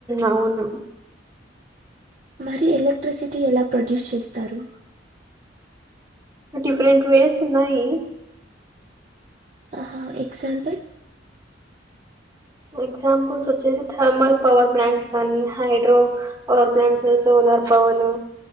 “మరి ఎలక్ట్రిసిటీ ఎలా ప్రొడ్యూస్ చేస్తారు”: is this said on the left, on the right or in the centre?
Right